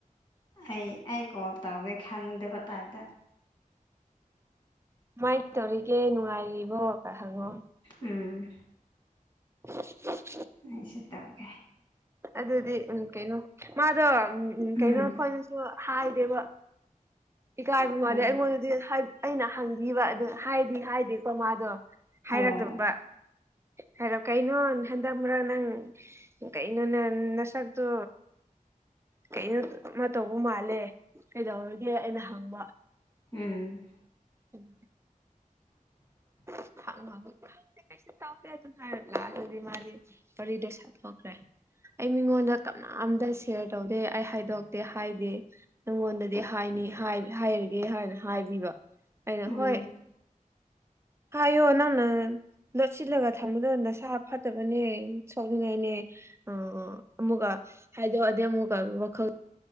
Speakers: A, on the left; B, on the right.
A: ꯑꯩ ꯑꯩ ꯀꯣꯜ ꯇꯧꯒꯦ ꯈꯪꯗꯕ ꯇꯥꯏꯕꯗ
B: ꯃꯥꯏ ꯊꯧꯔꯤꯒꯦ ꯅꯨꯡꯉꯥꯏꯔꯤꯕ ꯀ ꯍꯒꯣ
A: ꯎꯝ
B: <unintelligible>
A: ꯑꯩ ꯁꯤ ꯇꯒꯦ
B: ꯑꯗꯨꯗꯤ ꯎꯝ ꯀꯩꯅꯣ ꯃꯥꯗꯣ ꯎ
A: ꯎꯝ
B: ꯀꯩꯅꯣ ꯑꯩꯈꯣꯏꯅꯁꯨ ꯍꯥꯏꯗꯦꯕ ꯏꯀꯥꯏꯕ ꯃꯥꯜꯂꯦ
A: ꯎꯝ
B: ꯑꯩꯉꯣꯟꯗꯗꯤ ꯑꯩꯅ ꯍꯪꯕꯤꯕ ꯑꯗꯨ ꯍꯥꯏꯗꯤ ꯍꯥꯏꯗꯦꯀꯣ ꯃꯥꯗꯣ ꯍꯥꯏꯔꯛꯇꯕ
A: ꯑꯣ
B: ꯍꯥꯏꯂꯣ ꯀꯩꯅꯣ ꯍꯟꯗꯛ ꯃꯔꯛ ꯅꯪ ꯀꯩꯅꯣ ꯅꯪ ꯅꯁꯛꯇꯣ ꯀꯩꯅꯣ ꯃꯇ ꯇꯧꯕ ꯃꯥꯜꯂꯦ ꯀꯩꯗꯧꯔꯒꯦ ꯑꯩꯅ ꯍꯪꯕ
A: ꯎꯝ
B: ꯎꯝ
A: <inaudible>
B: ꯀꯩꯁꯨ ꯇꯥꯎꯗꯦ ꯑꯗꯨꯝ ꯍꯥꯏꯔ ꯂ ꯑꯗꯨꯗꯤ ꯃꯥꯗꯤ ꯋꯥꯔꯤꯗ ꯁꯥꯊꯣꯛꯈ꯭ꯔꯦ ꯑꯩ ꯃꯤꯉꯣꯟꯗ ꯀꯅꯥꯝꯇ ꯁꯦꯌꯔ ꯇꯧꯗꯦ ꯑꯩ ꯍꯥꯏꯗꯣꯛꯇꯦ ꯍꯥꯏꯗꯦ ꯅꯪꯉꯣꯟꯗꯗꯤ ꯍꯥꯏꯅꯤ ꯍꯥꯏꯔꯒꯦ ꯍꯥꯏꯅ ꯍꯥꯏꯕꯤꯕ ꯑꯩꯅ
A: ꯎꯝ
B: ꯍꯣꯏ ꯍꯥꯏꯌꯣ ꯅꯪꯅ ꯂꯣꯠꯁꯤꯜꯂꯒ ꯊꯝꯕꯗ ꯅꯁꯥ ꯐꯠꯇꯕꯅꯦ ꯁꯣꯛꯅꯤꯡꯉꯥꯏꯅꯦ ꯑꯥ ꯑꯃꯨꯛꯀꯥ ꯍꯥꯏꯥꯏꯗ ꯋꯥꯗ ꯑꯃꯨꯛ ꯋꯥꯈꯜ